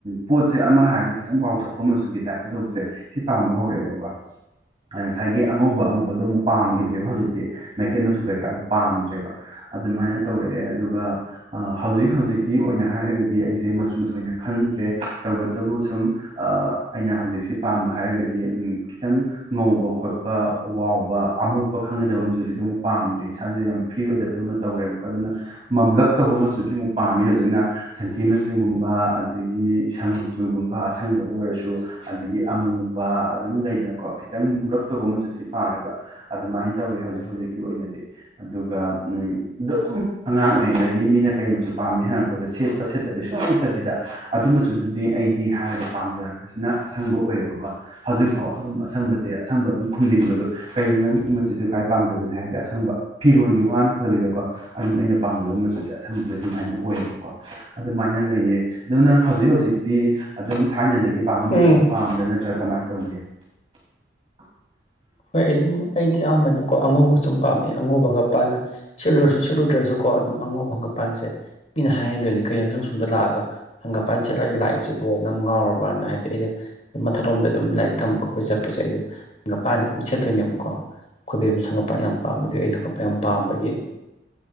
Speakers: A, on the right; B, on the left.
A: ꯄꯣꯠꯁꯦ ꯑꯃ ꯍꯥꯏꯔꯁꯨ ꯈꯤꯇꯪ ꯋꯥꯎꯊꯣꯛꯄ ꯃꯆꯨꯒꯤ ꯇꯥꯏꯞꯇ ꯇꯧꯕꯁꯦ ꯁꯤ ꯄꯥꯝꯕ ꯍꯧꯔꯛꯑꯦꯕꯀꯣ ꯉꯁꯥꯏꯒꯤ ꯑꯉꯧꯕ ꯑꯃꯨꯕꯗꯣ ꯑꯃꯨꯛ ꯄꯥꯝꯒꯤꯗ꯭ꯔꯦꯕ ꯍꯧꯖꯤꯛꯇꯤ ꯃꯩꯈꯩꯠ ꯃꯆꯨ ꯀꯩꯀꯥꯗꯣ ꯄꯥꯝꯗ꯭ꯔꯦꯕ ꯑꯗꯨꯃꯥꯏꯅ ꯇꯧꯔꯛꯑꯦ ꯑꯗꯨꯒ ꯍꯧꯖꯤꯛ ꯍꯧꯖꯤꯛꯀꯤ ꯑꯣꯏꯅ ꯍꯥꯏꯔꯒꯗꯤ ꯑꯩꯁꯦ ꯃꯆꯨ ꯊꯣꯏꯅ ꯈꯟꯗ꯭ꯔꯦ ꯇꯧꯕꯇꯕꯨ ꯁꯨꯝ ꯑ ꯑꯩꯅ ꯍꯧꯖꯤꯛꯁꯦ ꯄꯥꯝꯕ ꯍꯥꯏꯔꯒꯗꯤ ꯈꯤꯇꯪ ꯉꯧꯕ ꯈꯣꯠꯄ ꯋꯥꯎꯕ ꯑꯃꯣꯠꯄ ꯈꯪꯒꯗꯕ ꯃꯆꯨꯁꯤꯗꯤ ꯑꯃꯨꯛ ꯄꯥꯝꯗ꯭ꯔꯦ ꯏꯁꯥꯥꯁꯦ ꯌꯥꯝ ꯐ꯭ꯔꯤ ꯑꯣꯏꯗꯕꯗꯧꯅ ꯇꯧꯋꯦꯕꯀꯣ ꯑꯗꯨꯅ ꯃꯝꯂꯞ ꯇꯧꯕ ꯃꯆꯨꯁꯤ ꯑꯃꯨꯛ ꯄꯥꯝꯃꯤ ꯍꯧꯖꯤꯛꯅ ꯁꯟꯊꯤ ꯃꯆꯨꯒꯨꯝꯕ ꯑꯗꯒꯤ ꯏꯁꯪ ꯃ ꯆꯨꯒꯨꯝꯕ ꯑꯁꯪꯕꯗ ꯑꯣꯏꯔꯁꯨ ꯑꯗꯒꯤ ꯑꯃꯨꯕ ꯑꯗꯨꯝ ꯂꯩꯗꯅꯀꯣ ꯈꯤꯇꯪ ꯃꯨꯔꯞ ꯇꯧꯕ ꯃꯆꯨꯁꯤ ꯄꯥꯝꯃꯦꯕ ꯑꯗꯨꯃꯥꯏꯅ ꯇꯧꯋꯤ ꯍꯧꯖꯤꯛ ꯍꯧꯖꯤꯛ ꯍꯧꯖꯤꯛꯀꯤ ꯑꯣꯏꯅꯗꯤ ꯑꯗꯨꯒ ꯎꯝ ꯑꯗꯨꯝ ꯑꯉꯥꯡ ꯑꯣꯏꯔꯤꯉꯩꯗꯒꯤ ꯃꯤꯅ ꯀꯩ ꯃꯁꯨ ꯄꯥꯝꯃꯤ ꯍꯪꯉꯛ ꯄꯗ ꯁꯦꯠꯄ ꯁꯦꯠꯇꯕꯤ ꯁꯨꯡ ꯅꯠꯇꯕꯤꯗ ꯑꯗꯨ ꯃꯆꯨꯗꯨꯗꯤ ꯑꯩꯗꯤ ꯍꯥꯏꯔꯒ ꯄꯥꯝꯖꯔꯛꯄ ꯁꯤꯅ ꯑꯁꯪꯕ ꯑꯣꯏꯌꯦꯕꯀꯣ ꯍꯧꯖꯤꯛꯐꯥꯎ ꯑꯗꯨꯝ ꯑꯁꯪꯕꯁꯦ ꯑꯁꯪꯕ ꯑꯗꯨꯝ ꯈꯨꯝꯅꯤꯡꯕꯗꯣ ꯀꯩꯅꯣ ꯅꯪꯒꯤ ꯃꯆꯨꯁꯦ ꯈ꯭ꯋꯥꯏ ꯄꯥꯝꯖꯕꯁꯦ ꯍꯥꯏꯗꯤ ꯑꯁꯪꯕ ꯐꯤꯔꯣꯟꯒꯤ ꯋꯥ ꯅꯠꯇꯕꯤꯗꯀꯣ ꯑꯗꯨꯝ ꯑꯩꯅ ꯄꯥꯝꯖꯕ ꯃꯆꯨꯁꯦ ꯑꯁꯪꯕꯗ ꯁꯨꯃꯥꯏꯅ ꯑꯣꯏꯌꯦꯕꯀꯣ ꯑꯗꯨꯃꯥꯏꯅ ꯂꯩꯌꯦ ꯑꯗꯣ ꯅꯪ ꯍꯧꯖꯤꯛ ꯍꯧꯖꯤꯛꯇꯤ ꯑꯗꯨꯝ ꯊꯥꯏꯅꯗꯒꯤ ꯄꯥꯝꯕ
B: ꯎꯝ
A: ꯃꯆꯨꯗꯣ ꯄꯥꯝꯕ꯭ꯔꯥ ꯅꯠꯇ꯭ꯔꯥ ꯀꯃꯥꯏꯅ ꯇꯧꯒꯦ <inaudible>
B: ꯍꯣꯏ ꯑꯗꯨꯝ ꯑꯩꯗꯤ ꯑꯌꯥꯝꯕꯅꯀꯣ ꯑꯉꯧꯕ ꯁꯨꯝ ꯄꯥꯝꯃꯦ ꯑꯉꯧꯕ ꯍꯪꯒꯄꯥꯟꯒ ꯁꯦꯠꯂꯨꯔꯁꯨ ꯁꯦꯠꯂꯨꯗ꯭ꯔꯁꯨꯀꯣ ꯑꯗꯨꯝ ꯑꯉꯧꯕ ꯍꯪꯒ ꯃꯄꯥꯟꯁꯦ ꯃꯤꯅ ꯍꯥꯏꯅꯗꯣꯏꯅꯤ ꯀꯩꯅꯣ ꯅꯪ ꯁꯣꯝꯗ ꯂꯥꯛꯑꯒ ꯍꯪꯒꯥꯄꯥꯟ ꯁꯦꯠꯂ ꯂꯥꯛꯏꯁꯤ ꯅꯪ ꯉꯥꯎꯔꯕꯅ ꯍꯥꯏꯗꯤ ꯑꯩꯅ ꯃꯊꯛꯂꯣꯝꯗ ꯑꯗꯨꯝ ꯂꯥꯏꯔꯤꯛ ꯇꯝꯕ ꯈꯣꯠꯄ ꯆꯠꯄꯁꯦ ꯑꯩ ꯑꯗꯨꯝ ꯃꯥꯏꯗ ꯑꯗꯨꯝ ꯁꯦꯠꯇꯣꯏꯅꯦꯕꯀꯣ ꯈꯣꯏꯕꯦꯝꯃꯁꯨ ꯍꯪꯒꯥꯄꯥꯟ ꯌꯥꯝ ꯄꯥꯝꯃꯦ ꯑꯗꯨ ꯑꯩꯗꯣ ꯍꯪꯒꯥꯄꯟ ꯌꯥꯝ ꯄꯥꯝꯕꯒꯤ